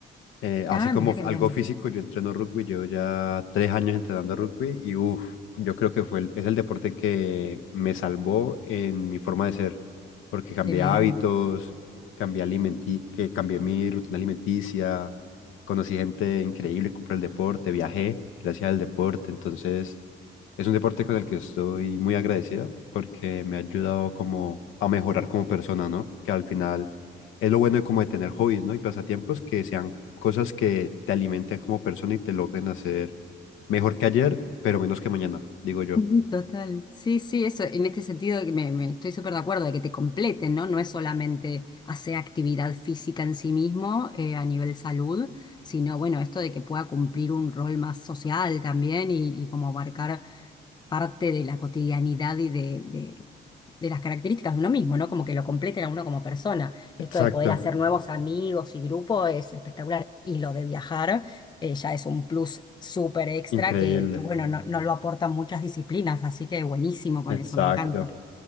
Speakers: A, on the left; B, on the left.
A: Eh, así
B: Ah,
A: como
B: mira
A: f-
B: qué bien.
A: algo físico, yo entreno rugby, llevo ya tres años entrenando rugby y uff, yo creo que fue el- es el deporte que me salvó en mi forma de ser, porque cambié
B: Qué bien.
A: hábitos, cambié alimenti que cambié mi rutina alimenticia, conocí gente increíble por el deporte, viajé gracias al deporte, entonces es un deporte con el que estoy muy agradecido porque me ha ayudado como a mejorar como persona, ¿no? Que al final es lo bueno de como de tener hobbies, ¿no? Y pasatiempos que sean cosas que te alimenten como persona y te logren hacer mejor que ayer, pero menos que mañana, digo yo.
B: Ujú, Total. Sí, sí, eso, en este sentido que me, me estoy súper de acuerdo de que te completen, ¿no? No es solamente hacer actividad física en sí mismo eh, a nivel salud, sino bueno, esto de que pueda cumplir un rol más social también y, y como abarcar parte de la cotidianidad y de, de- de las características de uno mismo, ¿no? Como que lo completen a uno como persona.
A: Exacto,
B: Esto de poder hacer nuevos amigos y grupo es espectacular. Y lo de viajar eh, ya es un plus súper extra
A: increíble,
B: que, que, bueno, no, no lo aportan muchas disciplinas, así que buenísimo con
A: exacto.
B: eso, me encanta.